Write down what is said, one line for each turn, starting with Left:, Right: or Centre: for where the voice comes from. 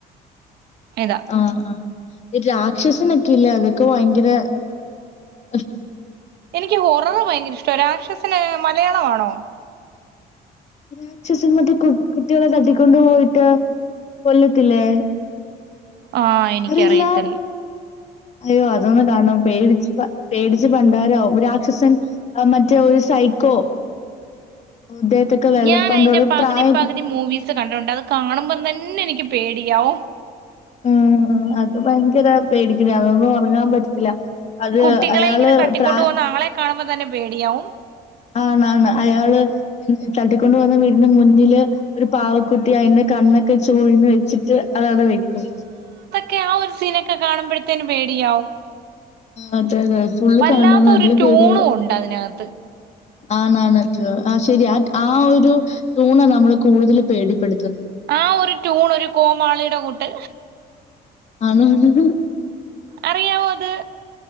Right: ഇത
Left: ആഹ് ആഹ്‌ ഇ രാക്ഷസനൊയക്കെ ഇല്ലേ അതൊക്കെ ഭയങ്കര അഹ്‌
Right: എനിക്ക് ഹൊററ് ഭയങ്കര ഇഷ്ട രാക്ഷസന് മലയാളവാണോ?
Left: രാക്ഷസൻ മറ്റെ കു കുട്ടികളെ തട്ടിക്കൊണ്ട് പോയിട്ട് കൊല്ലത്തില്ലേ?
Right: ആഹ് എനിക്കറിയത്തിൽ
Left: അറിയില്ല? അയ്യോ അതൊന്നു കാണണം പേടിച് പേടിച്ച് പണ്ടാരാവും. രാക്ഷസൻ അ മറ്റേരു സൈക്കോ. <unintelligible> വെള്ളപ്പണ്ടോട്
Right: ഞാൻ അയിൻ്റെ പകുതി
Left: പ്രായം
Right: പകുതി മൂവീസ് കണ്ടിട്ടുണ്ട് അത് കാണുമ്പം തന്നെ എനിക്ക് പേടിയാവും
Left: ഉം അത് ഭയങ്കര പേടിക്ക്ണയ അതൊന്നും ഉറങ്ങാൻ പറ്റത്തില്ല അത്
Right: കുട്ടികളെ
Left: അയാള്
Right: ഇങ്ങനെ തട്ടിക്കൊണ്ടു
Left: പ്ര
Right: പോകുന്ന ആളെ കാണുമ്പോ തന്നെ പേടിയാവും.
Left: ആണ് ആണ് അയാള് തട്ടിക്കൊണ്ട് പോവുന്ന വീടിന്റെ മുന്നില് ഒരു പാവക്കുട്ടി അയിന്റെ കണ്ണൊക്കെ ചൂഴ്ന്ന് വെച്ചി ത് അതവിടെ വെക്കും.
Right: ക്യാഒരു സീനൊക്കെ കാണുമ്പഴത്തേന് പേടിയാവും.
Left: അതെ അതെ ഫുള്ള്
Right: വല്ലാത്ത
Left: കാണണം നല്ല
Right: ഒരു ട്യൂണും
Left: പേടിയാവും.
Right: ഉണ്ട് അതിനകത്ത്
Left: ആണാണ് ട്യൂ ആ ശരിയ ആ ഒരു ടൂണ് നമ്മളെ കൂടുതൽ പേടിപ്പെട്
Right: ആ ഒരു ട്യൂണൊരു കോമാളിയുടെ കൂട്ട്
Left: ആണ് ഉം
Right: അറിയാവോ അത്?